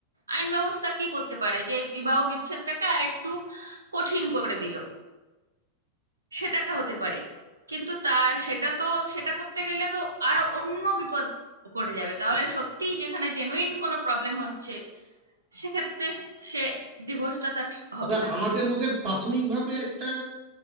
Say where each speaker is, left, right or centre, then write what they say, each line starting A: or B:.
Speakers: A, on the right; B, on the right.
A: আইন ব্যবস্থা কি করতে পারে যে বিবাহ বিচ্ছেদটাকে আরেকটু কঠিন করে দিল সেটা হতে পারে কিন্তু তা সেটা তো সেটা করতে গেলে তো আরো অন্য বিপদ ঘটে যাবে তাহলে সত্যি যেখানে জেনুইন কোনো প্রবলেম হচ্ছে সেক্ষেত্রে সে ডিভোর্সটা তার
B: তবে
A: হবে না
B: আমাদের বোধহয় প্রাথমিকভাবে একটা